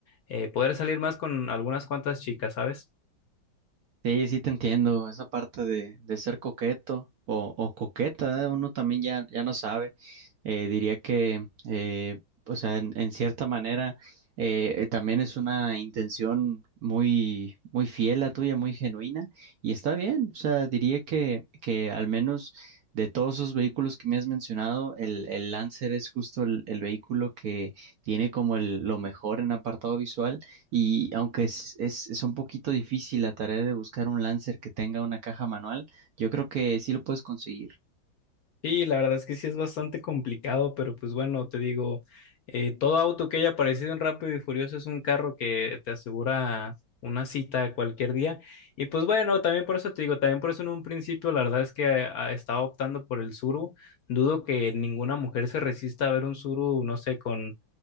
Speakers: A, on the left (about 60°); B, on the right (about 65°).
A: eh, poder salir más con algunas cuantas chicas, ¿sabes?
B: Sí, sí te entiendo, esa parte de, de ser coqueto o, o coqueta, ¿eh? Uno también ya, ya no sabe. Eh, diría que, eh, o sea, en, en cierta manera, eh, eh, también es una intención muy, muy fiel a tuya, muy genuina, y está bien, o sea, diría que, que al menos de todos esos vehículos que me has mencionado, el, el Lancer es justo el, el vehículo que tiene como el- lo mejor en apartado visual y aunque es, es, es un poquito difícil la tarea de buscar un Lancer que tenga una caja manual, yo creo que sí lo puedes conseguir.
A: Sí, la verdad es que sí es bastante complicado, pero pues bueno, te digo, eh, todo auto que haya aparecido en Rápido y Furioso es un carro que te asegura una cita cualquier día. Y pues bueno, también por eso te digo, también por eso en un principio la verdad es que ah, estaba optando por el Suru. Dudo que ninguna mujer se resista a ver un Suru, no sé, con,